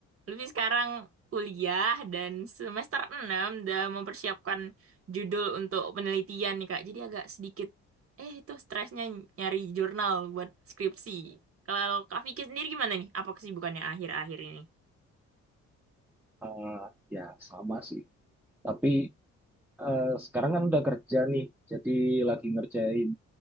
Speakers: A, on the right; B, in the centre.
A: lebih sekarang kuliah dan semester 6 udah mempersiapkan judul untuk penelitian nih Kak. Jadi agak sedikit, eh itu stresnya nyari jurnal buat skripsi. Kalau Kak Vicky sendiri gimana nih? Apa kesibukannya akhir-akhir ini?
B: Ah, ya sama sih. Tapi eh, sekarang kan udah kerja nih, jadi lagi ngerjain